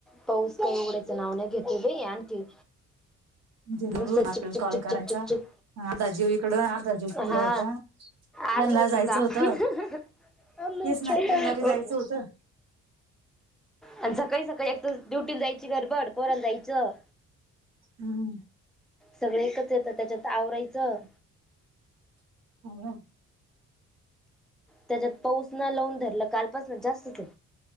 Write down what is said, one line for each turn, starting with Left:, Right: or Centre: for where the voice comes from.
Centre: पाऊस काय उघडायच नाव नाही घेतो बाई आणखी
Right: म्हणजे
Centre: नुसतं
Right: घरून आपल्याला
Centre: चीप चीप
Right: कॉल
Centre: चीप
Right: करायचा.
Centre: चीप चीप.
Right: अर्धा जीव इकडं अर्धा जीव तिकडं
Centre: हा
Right: होता.
Centre: आर्ध
Right: त्यांना जायचं
Centre: तर काम
Right: होतं
Centre: <unintelligible> <unintelligible>
Right: तेच ना त्यांना बी जायचं होतं
Centre: आणि सकाळी सकाळी एकत ड्युटीला जायची गडबड, पोराला जायचं
Right: हम्म.
Centre: सगळे एकच येत त्याच्यात आवरायचं
Right: हा.
Centre: त्याच्यात पाऊस न लावून धरलं कालपासन जास्तच ये.